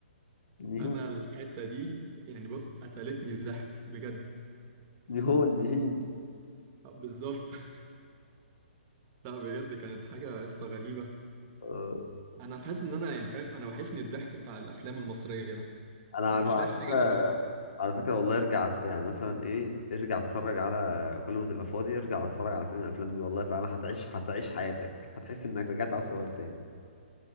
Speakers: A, on the left (about 55°); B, on the right (about 20°).
A: نيهون
B: انا الحتة دي يعني بص قتلتني ضحك بجد
A: نيهون نهين
B: آه، بالظبط <laughs> لا بجد كانت حاجة قصة غريبة
A: آه
B: انا حاسس ان انا يعني فاهم انا وحشني الضحك بتاع الافلام المصرية ده
A: أنا
B: ومش
A: على
B: لاقي
A: فكرة
B: حاجة دلوقتي
A: على فكرة والله ارجع أتف... يعني مثلا إيه ارجع اتفرج على كل ما تبقى فاضي ارجع اتفرج على فيلم من الأفلام دي والله فأنا هتعيش هتعيش حياتك هتحس إنك رجعت على صغير تاني